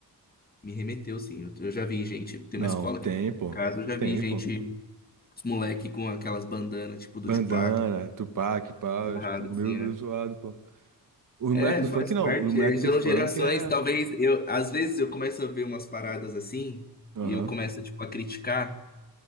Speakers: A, on the left; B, on the right.
A: me remeteu, sim. Eu, eu já vi gente. Tem
B: Não,
A: uma escola
B: tem,
A: aqui em
B: pô.
A: casa, eu já
B: Tem,
A: vi gente,
B: pô.
A: os moleque com aquelas bandanas, tipo
B: Bandana,
A: do Tupac,
B: Tupac, pá,
A: amarrado,
B: tipo,
A: assim,
B: meio,
A: é.
B: meio zoado, pô. Os
A: É,
B: moleques do
A: faz
B: funk não.
A: parte.
B: Os moleques
A: É, são
B: do funk
A: gerações,
B: é.
A: talvez eu, às vezes eu começo a ver umas paradas assim
B: Aham.
A: e eu começo tipo a criticar,